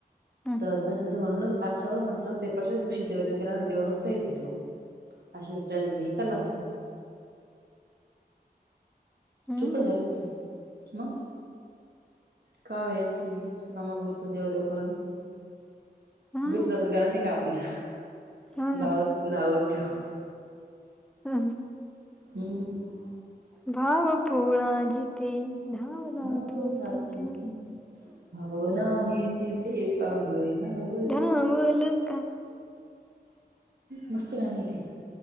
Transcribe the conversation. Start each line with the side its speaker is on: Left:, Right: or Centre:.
Centre: हम्म
Right: तर म त्यांच म्हणल कास म्हटल पेपरच दिवशी देव देव केला तर देव नसतो येत म्हटल. असे त्याला हे कराय लागते म्हटल.
Centre: हम्म
Right: चुप झाली होती. मग का हो अस हे. कामा पुरत देव देव कराव.
Centre: हम्म
Right: विठ्ठलाच गाण नाही का आपल्या.
Centre: हो
Right: भावच
Centre: ना
Right: धावल तो.
Centre: हम्म हम्म
Right: हम्म
Centre: भाव भोळा जिथे धावला
Right: भावला
Centre: तो तिथे.
Right: तू भावना हे तिथे सांग भावल
Centre: धावल का?
Right: मस्त गाण आहे तेे.